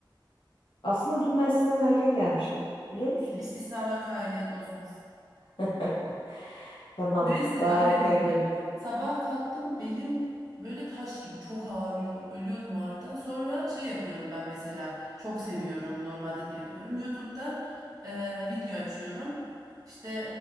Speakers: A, on the left; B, on the right.
A: Aslında dün ben sizden erken gelmiştim. Biliyor musun?
B: İstisnalar kaideyi bozmaz.
A: <laughs> Tamam,
B: Neyse
A: daha
B: bak ne
A: erken
B: diyeceğim.
A: gelirim.
B: Sabah kalktım belim böyle taş gibi çok ağrıyor. Ölüyordum ağrıdan. Sonra şey yapıyorum ben mesela. Çok seviyorum. Normalde de yapıyorum. YouTube'dan e, video açıyorum. İşte